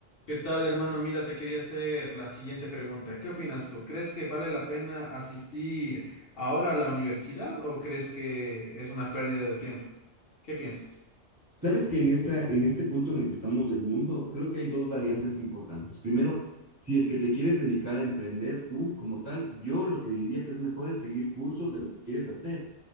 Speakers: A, on the left; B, on the right.
A: ¿Qué tal, hermano? Mira, te quería hacer la siguiente pregunta. ¿Qué opinas tú? ¿Crees que vale la pena asistir ahora a la universidad o crees que es una pérdida de tiempo? ¿Qué piensas?
B: Sabes que en esta, en este punto en el que estamos del mundo, creo que hay dos variantes importantes. Primero, si es que te quieres dedicar a emprender tú como tal, yo lo que diría que es mejor es seguir cursos de lo que quieres hacer